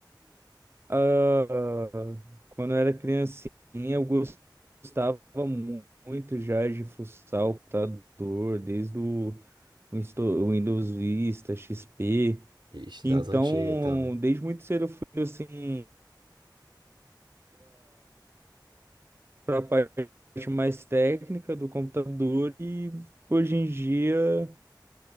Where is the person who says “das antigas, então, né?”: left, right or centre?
Right